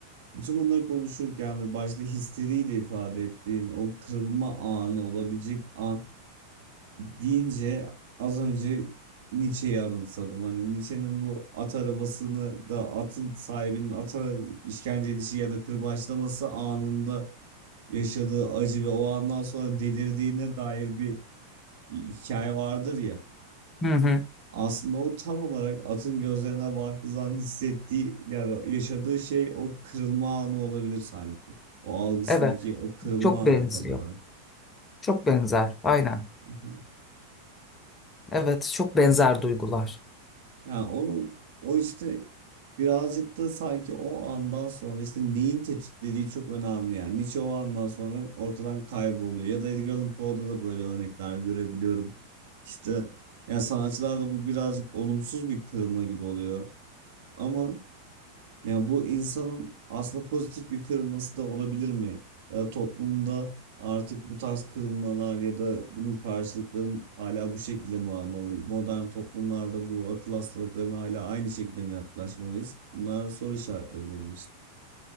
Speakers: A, on the right (about 50°); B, on the left (about 20°).
A: bütün bunları konuşurken ve başta histeriyle ifade ettiğin o kırılma anı olabilecek an deyince az önce Nietzsche'yi anımsadım. Hani Nietzsche'nin bu at arabasını da atın sahibinin ata işkence edişi ya da kırbaçlaması anında yaşadığı acı ve o andan sonra delirdiğine dair bir hikaye vardır ya.
B: Hı hı.
A: Aslında o tam olarak atın gözlerine baktığı zaman hissettiği ya yaşadığı şey o kırılma anı olabilir sanki. O algısındaki
B: Evet,
A: o kırılma
B: çok benziyor.
A: anı tam olarak.
B: Çok benzer, aynen.
A: <laughs>
B: Evet, çok benzer duygular.
A: Yani onun o işte birazcık da sanki o andan sonra işte neyin tetiklediği çok önemli yani. Nietzsche o andan sonra ortadan kayboluyor. Ya da Edgar Allan Poe'da da böyle örnekler görebiliyorum. İşte yani sanatçılarda bu birazcık olumsuz bir kırılma gibi oluyor. Ama ya bu insanın aslında pozitif bir kırılması da olabilir mi? Ya toplumda artık bu tarz kırılmalar ya da bunun karşılıkların hala bu şekilde mi almalı? Modern toplumlarda bu akıl hastalıklarına hala aynı şekilde mi yaklaşmalıyız? Bunlar soru işaretleri benim için.